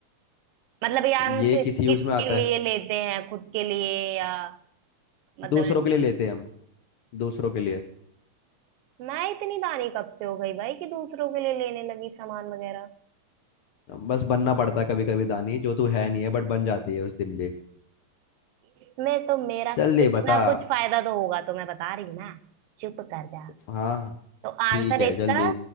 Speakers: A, on the right; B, on the left.
A: मतलब यार हम
B: ये
A: कि,
B: किस यूज
A: किसके
B: में आता है
A: लिए लेते हैं खुद के लिए या मतलब
B: दूसरों के लिए लेते हैं हम दूसरों के लिए
A: मैं इतनी दानी कब से हो गई भाई कि दूसरों के लिए लेने लगी सामान वगैरह
B: बस बनना पड़ता है कभी कभी दानी जो तू है नहीं है बट बन जाती है उस दिन भी
A: इसमें तो मेरा
B: जल्दी
A: कुछ
B: बता
A: ना कुछ फायदा तो होगा तो मैं बता रही हूँ ना चुप कर जा
B: हाँ
A: तो
B: ठीक
A: आंसर
B: है
A: इसका
B: जल्दी